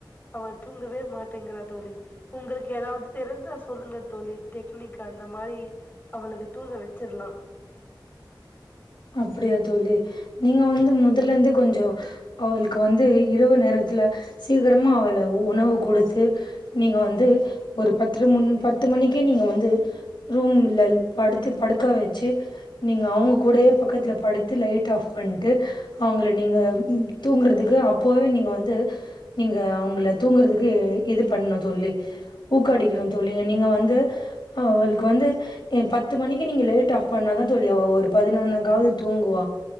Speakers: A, on the left; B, on the left.
A: அவ தூங்கவே மாட்டேங்கிறா தோழி உங்களுக்கு ஏதாவது தெரிஞ்சா சொல்லுங்க தோழி டெக்னிக் அந்த மாரி அவளுக்கு தூங்க வச்சிர்லா
B: அப்டியா தோழி நீங்க வந்து முதலந்தே கொஞ்சோ அவளுக்கு வந்து இரவு நேரத்துல சீக்கிரமா அவள உணவு கொடுத்து நீங்க வந்து ஒரு பத்து முன் பத்து மணிக்கே நீங்க வந்து ரூம்ல படுத்து படுக்க வச்சு நீங்க அவங்க கூடயே பக்கத்ல படுத்து லைட் ஆஃப் பண்ட்டு அவங்கள நீங்க தூங்குறதுக்கு அப் அப்போவே நீங்க வந்து நீங்க அவங்கள தூங்குறதுக்கு இது பண்ணு தோழி ஊக்க அடிக்கணு தோழி நீங்க வந்து அவளுக்கு வந்து ஏ பத்து மணிக்கு நீங்க லைட் ஆஃப் பண்ணா தா தோழி அவ ஒரு பதினொன்னு காவாது தூங்குவா